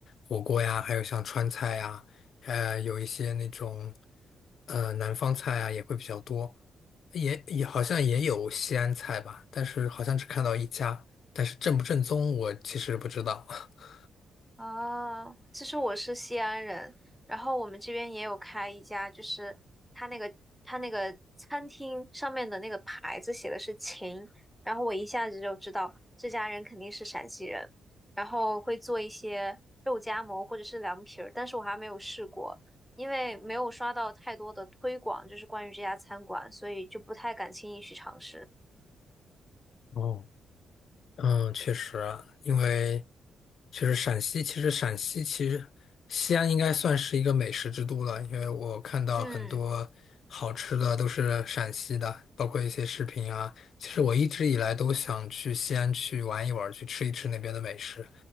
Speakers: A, on the left; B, in the centre.
A: 火锅呀，还有像川菜呀，呃，有一些那种呃南方菜啊也会比较多，也也好像也有西安菜吧，但是好像只看到一家，但是正不正宗我其实不知道。<laughs>
B: 啊，其实我是西安人，然后我们这边也有开一家，就是他那个他那个餐厅上面的那个牌子写的是“秦”，然后我一下子就知道这家人肯定是陕西人，然后会做一些肉夹馍或者是凉皮儿，但是我还没有试过，因为没有刷到太多的推广，就是关于这家餐馆，所以就不太敢轻易去尝试。
A: 哦。嗯，确实啊因为确实陕西，其实陕西其实西安应该算是一个美食之都了，因为我看到很多好吃的都是陕西的，
B: 嗯
A: 包括一些视频啊。其实我一直以来都想去西安去玩一玩，去吃一吃那边的美食，